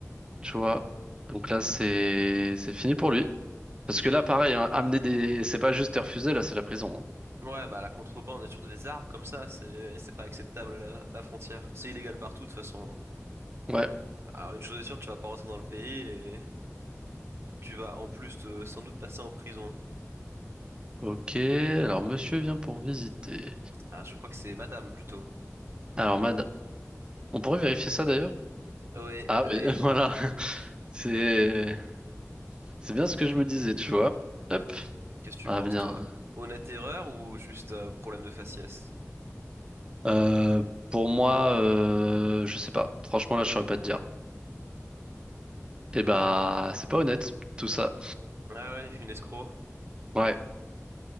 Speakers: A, on the right; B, on the right.
A: Tu vois. Donc là, c'est c'est fini pour lui. Parce que là,
B: Ah.
A: pareil, hein, amener des. C'est pas juste te refuser, là, c'est la prison.
B: Ouais, bah la contrebande, et surtout des armes comme ça, c'est eh, c'est pas acceptable à la, à la frontière. C'est illégal partout de toute façon. hein.
A: hein. Ouais.
B: Alors une chose est sûre, tu vas pas rentrer dans le pays Tu vas en plus te- sans doute passer en prison.
A: Ok, alors monsieur vient pour visiter.
B: Ah, je crois que c'est madame plutôt.
A: Alors, mad... on pourrait vérifier ça d'ailleurs?
B: Ouais,
A: Ah
B: ouais.
A: oui, <laughs> voilà. C'est c'est bien ce que je me disais, tu vois. Hop,
B: Qu'est-ce que tu
A: à
B: penses,
A: venir.
B: toi? Honnête erreur ou juste euh, problème de faciès?
A: Euh, pour moi, euh, je sais pas. Franchement, là, je saurais pas te dire. Eh bah, c'est pas honnête, tout ça.
B: Ah ouais, une escroc.
A: Ouais,